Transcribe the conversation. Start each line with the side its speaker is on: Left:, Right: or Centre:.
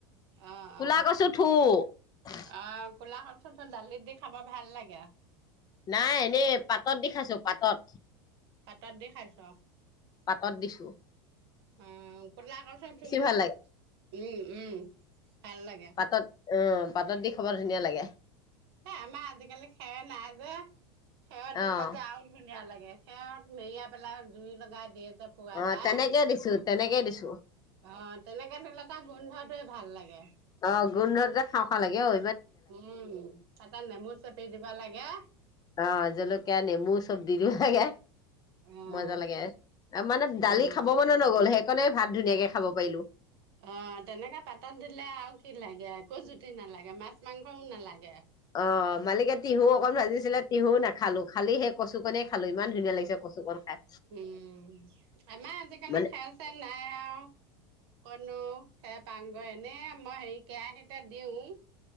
Right: অ
Left: কোলা
Right: অ
Left: কচুৰ ঠুৰ।
Right: আহ কলা কচুৰ ঠুৰ দালিত দি খাব ভাল লাগে।
Left: নাই এনে পাতত দি খাইছোঁ, পাতত।
Right: পাতত দি খাইছ। অঁ
Left: পাতত দিছোঁ।
Right: উম অঁ', কলা কচুৰ ঠুৰ, উম,
Left: ভাল লাগে
Right: উম ভাল লাগে।
Left: পাতত উম, পাতত দি খাব ধুনীয়া লাগে।
Right: এ আমাৰ আজিকালি খেৰ নাই যে। খেৰত দিলে
Left: অ
Right: যে আৰু ধুনীয়া লাগে খেৰত মেৰিয়াত। পেলাই জুই লগাই দিয়ে। পোৱা
Left: অ
Right: যায়।
Left: তেনেকে দিছো তেনেকে দিছো
Right: অঁ' তেনেকে ধৰি ল এটা গোন্ধ। খুবেই ভাল লাগে।
Left: অঁ', গোন্ধত যে খাওঁ খাওঁ লাগে অঁ'।
Right: উম, তাতে নেমু চেপি দিবা লাগে।
Left: অঁ', জলকীয়া নেমু চব দি দিব লাগে,
Right: উম
Left: মজা লাগে। মানে দালি
Right: উম
Left: খাব মনে নগ'ল। সেয়ে কনে ভাত ধুনীয়াকে খাব পাৰিলোঁ।
Right: অঁ', তেনেকে পাতত দিলে আৰু। কি লাগে, একো জুতি নালাগে, মাছ মাংসও নালাগে।
Left: অঁ মালিকে তিহু অকন ভাজিছিলে তিহু নাখালো। খালি সেই কচু কনেই খালোঁ ইমান ধুনীয়া লাগিছে কচু কন। খাই
Right: উম, আমাৰ আজিকালি
Left: মানে
Right: খেৰ-চেৰ নাই আৰু। <unintelligible> সেই পাংঘৰ এনে আমা। মই হেৰি কেৰাহীটা দিও।